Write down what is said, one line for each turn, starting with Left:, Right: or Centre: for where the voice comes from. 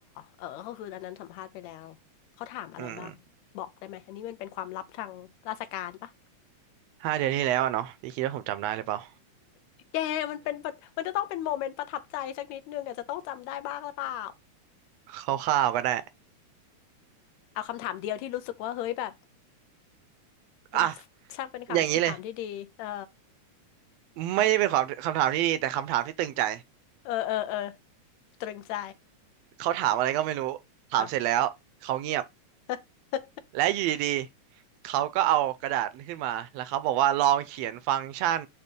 Left: เออก็คืออันนั้นสัมภาษณ์ไปแล้วเขาถามอะไรบ้างบอกได้ไหมอันนี้มันเป็นความลับทางราชการปะ
Right: อืมห้าเดือนที่แล้วอะเนาะพี่คิดว่าผมจำได้หรือเปล่า
Left: <laughs> แกมันเป็นประมันจะต้องเป็นโมเมนต์ประทับใจสักนิดนึงอาจจะต้องจำได้บ้างหรือเปล่า
Right: <laughs> คร่าวๆก็ได้
Left: เอาคำถามเดียวที่รู้สึกว่าเฮ้ยแบบมัน
Right: อ่ะ
Left: ช่างเป็นคำถามที่ดีเออ
Right: อย่างนี้เลยไม่ได้เป็นความคำถามที่ดีแต่คำถามที่ตึงใจ
Left: เออเออเออตรึงใจ
Right: เขาถามอะไรก็ไม่รู้ถามเสร็จแล้วเขาเงียบ
Left: อ่ะ <laughs>
Right: และอยู่ดีๆเขาก็เอากระดาษขึ้นมาแล้วเขาบอกว่าลองเขียนฟังก์ชัน